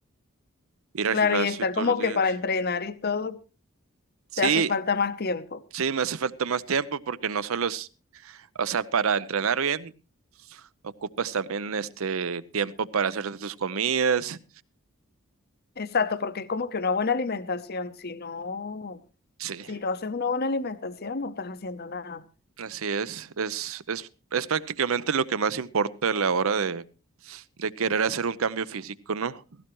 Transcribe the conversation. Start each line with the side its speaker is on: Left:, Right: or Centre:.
Right: ir al
Left: claro,
Right: gimnasio
Left: y estar
Right: todos
Left: como
Right: los días.
Left: que para entrenar y todo,
Right: Sí,
Left: te hace falta más tiempo.
Right: Sí, me hace falta más tiempo porque no solo es, o sea, para entrenar bien, ocupas también este tiempo para hacerte tus comidas.
Left: Exacto, porque es como que una buena alimentación, si no,
Right: Sí,
Left: Si no haces una buena alimentación, no estás haciendo nada.
Right: así es. Es, es, es prácticamente lo que más importa a la hora de, de querer hacer un cambio físico, ¿no?